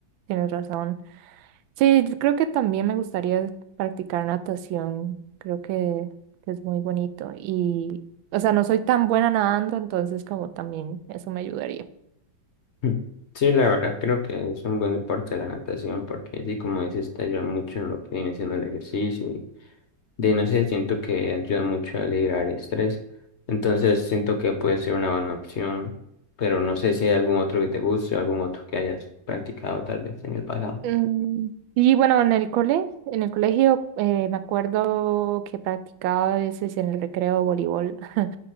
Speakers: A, on the right (about 85°); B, on the left (about 60°).
A: Tienes razón. Sí, yo creo que también me gustaría practicar natación. Creo que, que es muy bonito. Y, o sea, no soy tan buena nadando, entonces como también eso me ayudaría.
B: Mm. Sí, la verdad creo que es un buen deporte la natación porque sí, como dices, te ayuda mucho en lo que viene siendo el ejercicio de no sé, siento que ayuda mucho a liberar el estrés. Entonces siento que puede ser una buena opción, pero no sé si hay algún otro que te guste o algún otro que hayas practicado tal vez en el pasado.
A: Mm, Y bueno, en el cole, en el colegio, eh, me acuerdo que practicaba a veces en el recreo voleibol. <laughs>